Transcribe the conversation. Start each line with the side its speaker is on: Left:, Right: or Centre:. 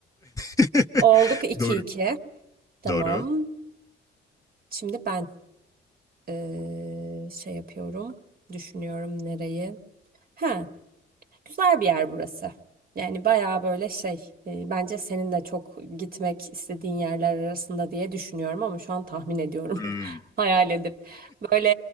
Left: <laughs>
Right: Olduk iki
Left: Doğru.
Right: iki Tamam.
Left: Doğru.
Right: Şimdi ben e, şey yapıyorum. Düşünüyorum nereyi. Ha, güzel bir yer burası. Yani baya böyle şey e, bence senin de çok gitmek istediğin yerler arasında diye düşünüyorum ama şu an tahmin ediyorum.
Left: Hmm.
Right: hayal edip. Böyle